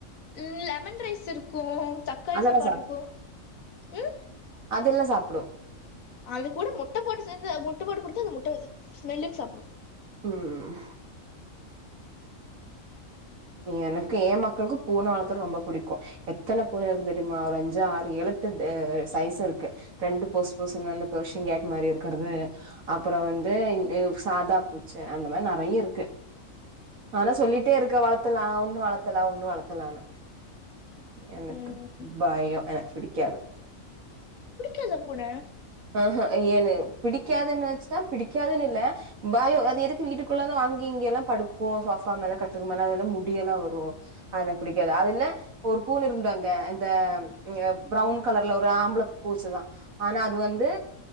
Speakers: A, on the left; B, on the right.
A: ம் லெமன் ரைஸ் இருக்கு தக்காளி
B: அதெல்லா
A: சாப்பாடு இருக்கு ம்
B: அதுல்லா சாப்புடு
A: அது கூட முட்ட போட்டு சேஞ்சா முட்ட போட்டு குடுத்து அந்த முட்ட ஸ்மெல்லுக்கு சாப்டும்
B: ம் எனக்கு எ மக்களுக்கு பூன வளத்துறது ரொம்ப புடிக்கு எத்தன பூன இருக்குன் தெரிமா ஒரு அஞ்சு ஆறு ஏழு எட்டு சைஸ்ஸு இருக்கு ரெண்டு போஸ் போஸ்னு பெர்ஷியன் கேட் மாரி இருக்குறது அப்புறோ வந்து சாதா பூச்ச அந்த மாரி நறைய இருக் ஆனா சொல்லிட்டே இருக்க வளத்தலா ஒன்னு வளத்தலா ஒன்னு வளத்தலானு எனக்கு
A: ம்
B: பயோ எனக்கு பிடிக்காது
A: நல்ல பூன
B: ஆஹ எனக்கு பிடிக்காதுன் நெனச்ட்டா பிடிக்காதுன் இல்ல பயோ அது எதுக்கு வீட்டுக்குள்ளலா அங்கி இங்கயெல்லா படுக்கு சோஃபா மேலே கட்டல் மேல அதெல்லா முடியெல்லா வரு அது எனக்கு புடிக்காது அதுல ஒரு பூன இருந்து அங்க இந்த ப்ரவுன் கலர்ல ஒரு ஆம்பள பூச்சுதா ஆனா அது வந் து